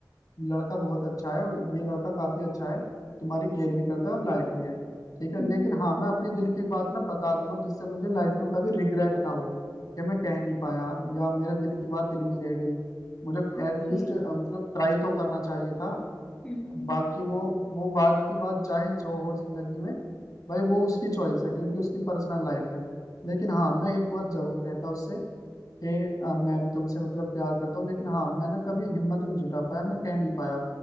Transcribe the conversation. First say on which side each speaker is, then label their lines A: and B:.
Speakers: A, on the left; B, on the left.
A: लड़का बहुत अच्छा है और ये लड़का काफी अच्छा है तुम्हारी केयर भी करता है और लायक भी है ठीक है
B: हम्म
A: लेकिन हाँ मैं अपने दिल की बात ना बता दूंगा जिससे मुझे लाइफ में कभी रिग्रेट ना हो कि मैं कह नहीं पाया या मेरे दिल की बात दिल में ही रह गई मुझे
B: ओके
A: एटलीस्ट मतलब ट्राई तो करना चाहिए था
B: हम्म हम्म,
A: बाकी वो वो बात की बात चाहे जो हो जिंदगी में भाई वो उसकी चॉइस है क्योंकि उसकी पर्सनल लाइफ है लेकिन हाँ मैं एक बार जरूर कहता उससे कि अ, मैं भी तुमसे मतलब प्यार करता हूँ लेकिन हाँ मैं ना कभी हिम्मत नहीं जुटा पाया मैं कह नहीं पाया